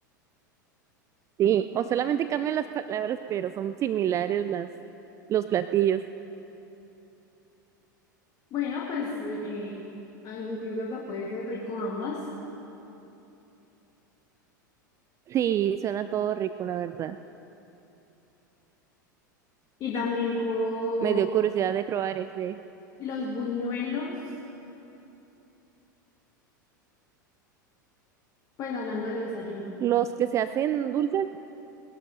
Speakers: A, on the right (about 30°); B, on the left (about 35°).
A: Sí, o solamente cambian las palabras, pero son similares las, los platillos.
B: Bueno, pues eh, ah, incluso hasta puede ser rico ambas.
A: Sí, suena todo rico, la verdad.
B: Y también con
A: Me dio curiosidad de probar ese.
B: Los buñuelos, pues hablando de desayuno,
A: Los que se hacen dulces